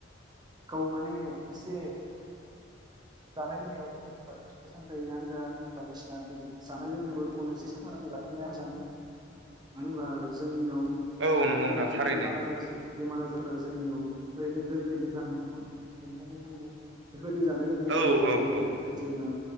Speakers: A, on the right; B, on the right.
A: गाव माने एसे जानाय लोंनायावबो फिथाइ - सामथाइ आनोजा बायदिसिना बेबाय जानाय लोंनायावबो जेन एसे सांग्रां जा। नाया मोजां मानो होनबा जोंनियाव
B: औ
A: दानियाव
B: नंगौ नोंथां थारैनो
A: बेमार आजार बेमार आजारा जोंनियाव ओरैनो गोरलैयैनो जानो हमो बेनिखायनो जोंङो बेफोरबायदि जानाय
B: औ
A: बेबो गावखौ
B: औ औ
A: रैखाथि होना